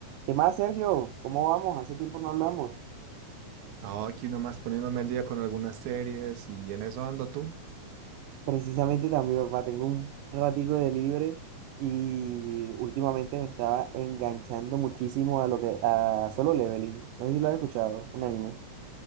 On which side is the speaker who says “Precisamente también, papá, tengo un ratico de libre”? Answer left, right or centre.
Right